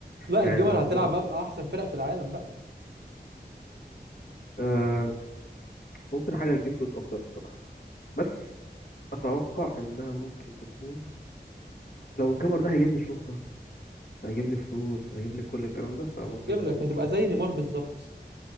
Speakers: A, on the right; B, on the left.
A: لا
B: يعني
A: الجمل
B: لو
A: هتلعب
B: جيمر
A: بقى في احسن فرق في العالم بقى
B: آه ممكن حاجة تجيب فلوس أكتر بصراحة بس أتوقع إنها ممكن تكون لو الجيمر ده هيجيب لي شهرة هيجيب لي فلوس هيجيب لي كل الكلام ده فممكن
A: هيجيب
B: ممكن
A: لك هتبقى زي نيمار بالظبط